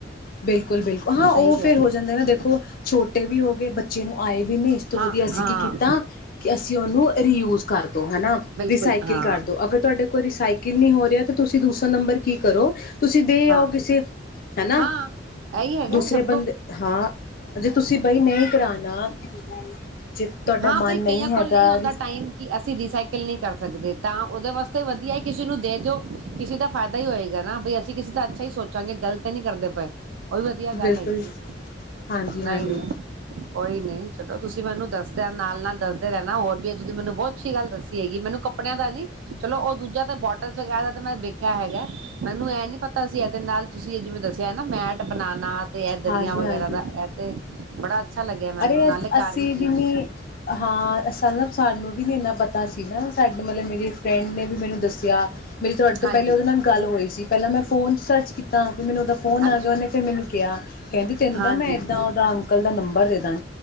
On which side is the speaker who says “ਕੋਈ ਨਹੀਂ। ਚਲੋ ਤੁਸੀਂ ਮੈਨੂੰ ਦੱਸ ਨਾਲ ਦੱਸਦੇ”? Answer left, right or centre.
Right